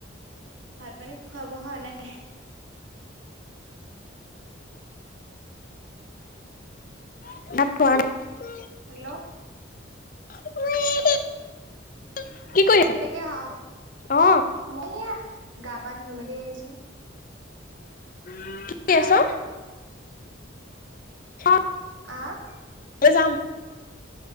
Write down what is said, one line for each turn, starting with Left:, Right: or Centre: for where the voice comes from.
Right: ভাত পানী খোৱা বোৱা হোৱা নাই। <inaudible>
Left: <unintelligible>
Right: হেল্ল' অ'
Left: <unintelligible> কৰি আছ
Right: কেনেকে অহা হব
Left: অ
Right: মই আহ গা পা ধুই মেলি আহিছো।
Left: কি কৰি আছ। <unintelligible>
Right: আহ।
Left: যাম